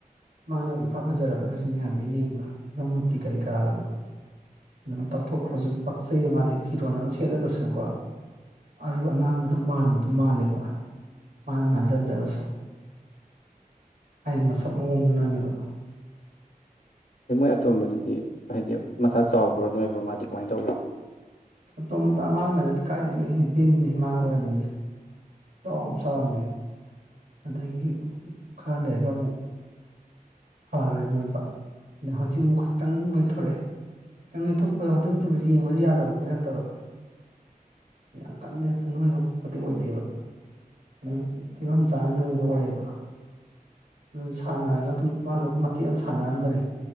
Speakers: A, on the right; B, on the left.
A: ꯃꯥꯅꯕꯨ ꯏꯐꯥ ꯐꯖꯔꯕꯅꯦ ꯍꯧꯖꯤꯛ ꯃꯌꯥꯝꯗꯩ ꯌꯦꯡꯕ ꯐꯤꯚꯝ ꯃꯨꯔꯇꯤ ꯀꯔꯤ ꯀꯔꯥꯒꯗꯣ ꯑꯗꯨꯝ ꯇꯧꯊꯣꯛꯄꯖꯨ ꯄꯛꯆꯩꯕ ꯃꯥꯗꯤ ꯐꯤꯔꯣꯜ ꯑꯃ ꯁꯦꯠꯂꯒꯁꯨꯀꯣ ꯑꯔꯨ ꯑꯅꯥꯟꯕꯗ ꯃꯥꯟꯕꯗꯣ ꯃꯥꯜꯂꯦꯕ ꯃꯥꯅ ꯅꯥꯟꯖꯗ꯭ꯔꯒꯁꯨ ꯑꯩ ꯃꯁꯛ ꯃꯑꯣꯡꯗꯨꯅꯅꯦꯕ
B: ꯃꯣꯏ ꯑꯇꯣꯝꯕꯗꯨꯗꯤ ꯍꯥꯏꯗꯤ ꯃꯁꯥ ꯆꯥꯎꯕ꯭ꯔꯣ ꯅꯣꯏꯕ꯭ꯔꯣ ꯃꯥꯗꯤ ꯀꯃꯥꯏꯅ ꯇꯧꯒꯦ
A: ꯑꯇꯣꯝꯕꯗꯣ ꯑꯉꯥꯡ ꯑꯣꯏꯔꯤꯉꯩꯗꯗꯤ ꯀꯥꯏꯗꯩꯅꯣꯍꯦ ꯚꯤꯝꯅꯦ ꯃꯥꯅ ꯑꯣꯏꯔꯝꯃꯤꯖꯦ ꯈꯨꯆꯥꯎꯃ ꯆꯥꯎꯔꯝꯃꯦ ꯑꯗꯒꯤ ꯈꯔ ꯂꯩꯔꯒ ꯑꯃꯨꯛ ꯐꯒ꯭ꯔꯦ ꯅꯣꯏꯕ ꯑꯗ ꯍꯧꯖꯤꯛ ꯑꯃꯨꯛ ꯈꯇꯪ ꯅꯣꯏꯊꯣꯔꯛꯑꯦ ꯇꯪ ꯅꯣꯏꯊꯣꯛꯄꯗ ꯑꯗꯨꯗꯨꯕꯨ ꯌꯦꯡꯕ ꯌꯥꯗꯕꯕꯨꯗꯤ ꯅꯠꯇꯕ ꯌꯥꯝ ꯀꯟꯅ ꯍꯦꯛꯇ ꯅꯣꯏꯕ ꯈꯣꯠꯄꯗꯤ ꯑꯣꯏꯗꯦꯕ ꯑꯗꯨꯝ ꯐꯤꯕꯝ ꯆꯥꯅ ꯅꯣꯏꯕꯗꯣ ꯑꯣꯏꯌꯦꯕ ꯑꯗꯨꯝ ꯁꯥꯟꯅꯔꯒ ꯑꯗꯨꯝ ꯃꯥꯗꯣ ꯃꯇꯦꯛ ꯑꯃ ꯁꯥꯟꯅꯔꯝꯕꯅꯦ